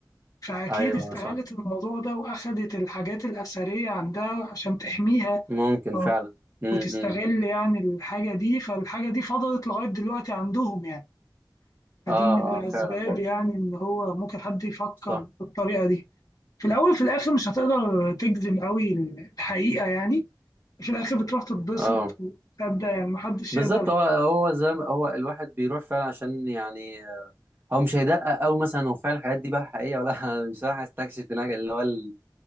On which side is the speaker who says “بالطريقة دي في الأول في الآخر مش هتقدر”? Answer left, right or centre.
Left